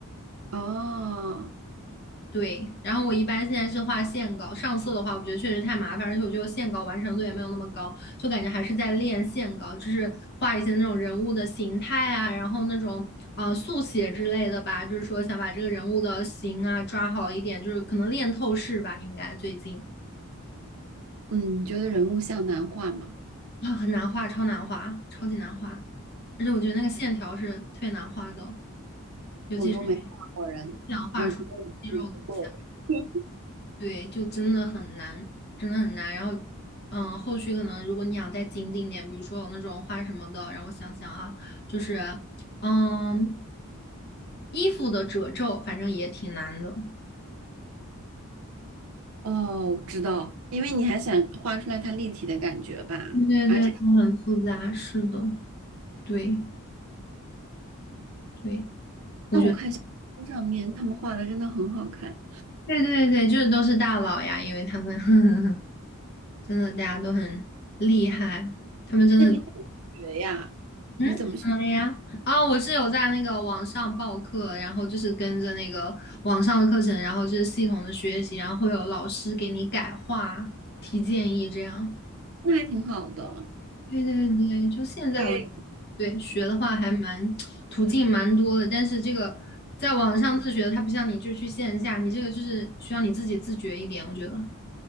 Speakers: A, on the right; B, on the left.
A: 哦，
B: 对，然后我一般现在是画线稿，上色的话，我觉得确实太麻烦，而且我觉得线稿完成度也没有那么高，就感觉还是在练线稿，就是画一些那种人物的形态啊，然后那种呃速写之类的吧，就是说想把这个人物的形啊抓好一点，就是可能练透视吧，应该最近
A: 嗯，你觉得人物像难画吗？
B: 啊很难画，超难画，超级难画，而且我觉得那个线条是特别难画的哦，尤其是
A: 我都没画过人，
B: 想画出肌肉图像。
A: 我觉得我不够。<laughs>
B: 对，就真的很难，真的很难。然后，嗯，后续可能如果你想再精进一点，比如说有那种画什么的，让我想想啊，就是，嗯，衣服的褶皱，反正也挺难的。
A: 哦，我知道，因为你还想画出来它立体的感觉吧？
B: 对对对，
A: 而且，
B: 都很复杂，是的，对对，我觉得，
A: 但我看小红书上面他们画的真的很好看。
B: 对对对，就是都是大佬呀，因为他们 <laughs> 真的大家都很厉害，他们真的
A: 那你怎么学呀？
B: 嗯，
A: 你怎么学？
B: 怎么了呀？啊、我是有在那个网上报课，然后就是跟着那个网上的课程，然后就是系统的学习，然后会有老师给你改话、提建议这样。
A: 那还挺好的。
B: 对对对，就现在我
A: 我也有
B: 对学的话还蛮途径蛮多的，但是这个在网上自学的它不像你就去线下，你这个就是需要你自己自觉一点，我觉得。